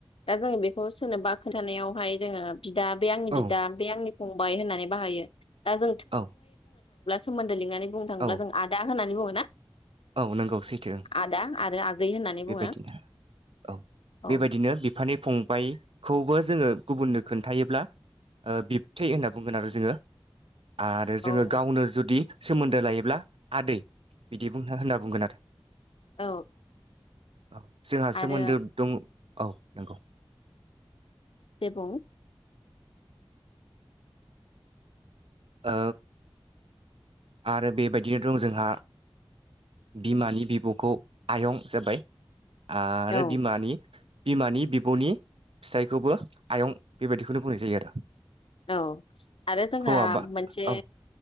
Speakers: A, on the left; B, on the right.
A: दा जोङो बेखौ सोरनोबा खोन्थानायावहाय जोङो बिदा बे आंनि
B: औ
A: बिदा बे आं थाङोब्ला
B: औ
A: सोमोन दो लिंनानै बुंनो थाङोब्ला
B: औ
A: जों आदा होननानै बुङो ना
B: औ नंगौ सैथो
A: आदा आरो आगै होननानै
B: बेबायदिनो
A: बुङो
B: औ
A: औ
B: बेबायदिनो बि फानि फंबायखौबो जोङो गुबुननो खोन्थायोब्ला बिबथै होनना बुंगोन आरो जोङो आरो
A: औ
B: जोङो गावनो जुदि सोमोन्दो लायोब्ला आदै बिदि बुं हा होनना बुंगोन आरो
A: औ
B: <inaudible> औ जोंहा
A: आरो
B: सोमोन्दो दङ औ नंगौ
A: दे बुं
B: ओ आरो बेबायदिनो दं जोंहा बिमानि बिब'खौ आयं जाबाय आरो
A: औ
B: बिमानि बिमानि बिब'नि फिसायखौबो आयं बेबायदिखौनो बुंनाय जायो आरो
A: औ आरो जोंहा
B: हौवाबा
A: मोन से
B: औ